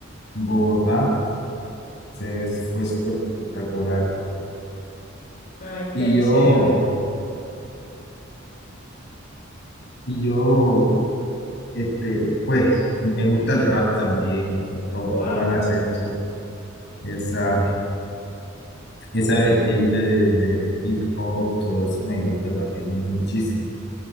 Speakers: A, on the left; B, on the left.
A: en Bogotá. Fue, fue súper espectacular.
B: ¡Ay,
A: Y
B: qué
A: yo,
B: chévere!
A: y yo, este, pues, me gusta el rap también, eh, todo,
B: ¡Wow!
A: toda la esencia, esa. Esa vertiente de- del hip hop, todo eso me gusta también muchísimo.